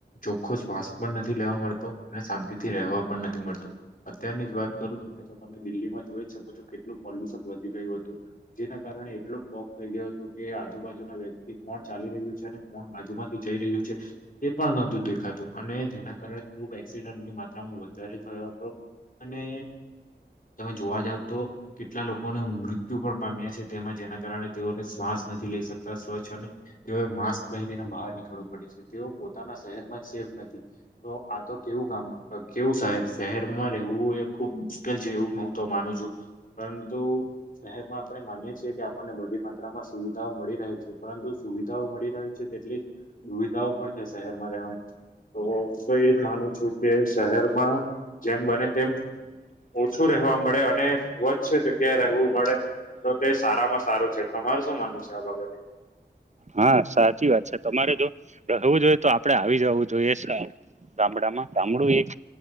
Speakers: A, on the left (about 50°); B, on the right (about 40°).
A: ચોખ્ખો શ્વાસ પણ નથી લેવા મળતો અને શાંતિ થી રહેવા પણ નથી મળતો. અત્યારની જ વાત કરું તો તમે દિલ્હીમાં જોઈ શકો છો કેટલું પોલ્યુશન વધી ગયું હતું જેના કારણે એટલો. થય ગયું હતુ કે આજુબાજુના વ્યક્તિ કોણ ચાલી રહ્યું છે અને કોણ બાજુમાંથી જઈ રહ્યું છે તે પણ. દેખાતું અને જેના કારણે ખુબ એક્સિડન્ટની માત્રામાં વધારે થયો હતો. અને. તમે જોવા જાવ તો કેટલા લોકોને મૃત્યુ પણ પામ્યા છે તેમાં જેના. કારણે તેઓને શ્વાસ નથી લઈ શકતા સ્વચ્છ અને તેઓએ માસ્ક પહેરીને બહાર નીકળવું પડે છે તેઓ. પોતાના શહેરમાં જ સેફ નથી તો આ તો કેવું ગામ. હ કેવું શહેર શહેરમાં રવું એક. ખુબ મુશ્કેલ છે એવું હું તો માનું છું પરંતુ શહેરમાં આપણે માની છી કે. ને બધી માત્રામાં સુવિધાઓ મળી રહ્યું છે પરંતુ સુવિધાઓ મળી રહ્યું છે તેટલી જ દુવિધાઓ પણ. શહેરમાં રહેવાની તો હું કઈ એજ માનું છું કે શહેરમાં. જેમ બને તેમ. ઓછું રહેવા મળે અને સ્વચ્છ જગ્યાએ રહેવું મળે તો તે સારામાં. સારું છે તમાર શું માનવ છે આ બાબતે.
B: હા સાચી વાત છે તમારે જો રહેવું જોઈએ તો આપડે આવી જવું જોઈએ. ગામડામાં ગામડું એક.